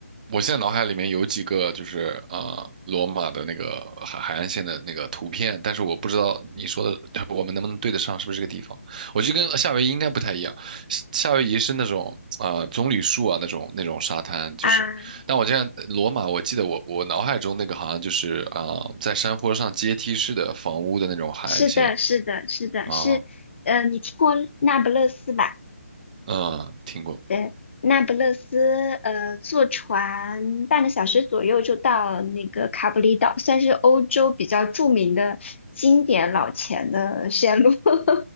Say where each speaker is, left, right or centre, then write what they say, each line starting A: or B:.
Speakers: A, on the right; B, on the left.
A: 我现在脑海里面有几个就是呃罗马的那个海海岸线的那个图片，但是我不知道你说的 <laughs> 我们能不能对得上，是不是这个地方？我觉得跟夏威夷应该不太一样，夏夏威夷是那种呃棕榈树啊那种那种沙滩，就是，
B: 啊。
A: 但我这样罗马，我记得我我脑海中那个好像就是啊、呃在山坡上阶梯式的房屋的那种海岸线
B: 是的，是的，是的，
A: 啊，
B: 是，呃，你听过那不勒斯吧？
A: 嗯，听过
B: 对，那不勒斯，呃，坐船半个小时左右就到那个卡布里岛，算是欧洲比较著名的经典老钱的线路。<laughs>